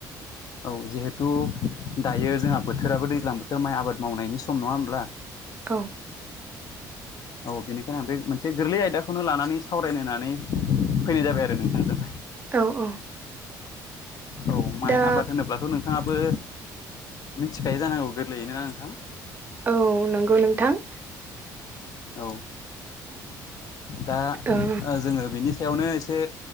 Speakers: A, on the left; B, on the right.
A: औ जिहेथु दायो जोंहा बोथोराबो दैज्लां बोथोर माइ आबाद मावनायनि सम नङा होमब्ला?
B: औ।
A: औ बेनिखायनो आं बे मोनसे गोरलै आयदाखौनो लानानै सावरायनोनानै फैनाय जाबाय आरो नोंथांजों।
B: औ -औ।
A: औ माइ
B: दा
A: आबाद होनोब्लाथ' नोंथाङाबो मिथिखायो जानांगौ गोरलैना नोंथां?
B: औ नंगौ नोंथां।
A: औ दा
B: ओ
A: जोङो बेनि सायावनो एसे